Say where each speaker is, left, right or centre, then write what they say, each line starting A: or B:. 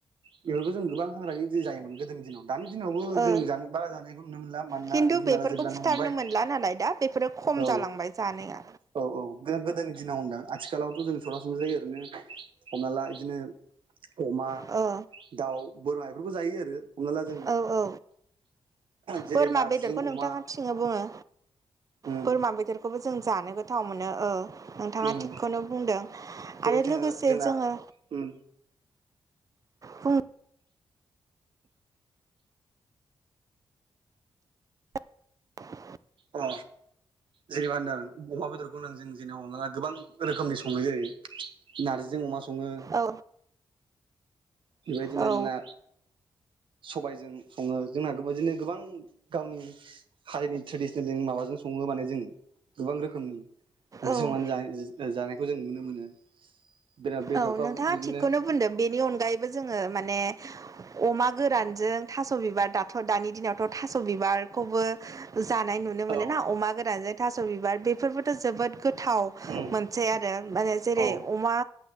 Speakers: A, on the right; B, on the right.
A: बेफोरखौ जों गोबां हाग्रानि जायोमोन गोदोनि दिनाव दानि दिनावबो
B: ओ
A: जों ज बारा जानायखौ हमनो मोनला मानोना
B: खिन्थु
A: जिब जुनारा
B: बेफोरखौ
A: जेब्लानो
B: फुथारनो
A: हमबाय
B: मोनला नालाय दा बेफोरो खम
A: औ
B: जालांबाय जानाया
A: औ औ गोदोनि ना ह होनदों आथिखालावथ' जों सरासन जायो ओरैनो हमना ला बिदिनो अमा
B: ओ
A: दाउ बोरमा बेफोरखौ जायो आरो हमना ला जों
B: औ औ
A: जेरै
B: बोरमा
A: नारजिजों
B: बेदरखौ
A: अमा
B: नोंथाङा थिङनो बुङो
A: उम
B: बोरमा बेदरखौबो जों जानो गोथाव मोनो नोंथाङा
A: उम
B: थिगखौनो बुंदों
A: जेरै
B: आरो
A: जोङो
B: लोगोसे
A: जोंना
B: जोङो
A: उम
B: बुं <inaudible>
A: अ जेनेबा होनदों अमा बेदरखौ होन जों जेनेबामा गोबां रोखोमनि सङो जेरै नारजिजों अमा सङो
B: औ
A: बेबादिनोना
B: औ
A: सबायजों सङो जोंना बेबादिनो गोबां गावनि हारिनि ट्रेडिसनेलजों माबाजों सङो माने जों गोबां रोखोमनि ओंख्रि
B: औ
A: संनानै ज जानायखौ जों नुनो मोनो बिराद बेदरफ्राव
B: औ नोंथाङा
A: बिदिनो
B: थिगखौनो बुंदों बेनि अनगायैबो जों जोङो माने अमा गोरानजों थास' बिबार दाथ' दानि दिनावथ' थास' बिबार खौबो जानाय नुनो मोनोना
A: औ
B: अमा गोरानजों थास' बिबार बेफोरबोथ' जोबोद गोथाव
A: उम
B: मोनसे आरो माने जेरै
A: औ
B: अमा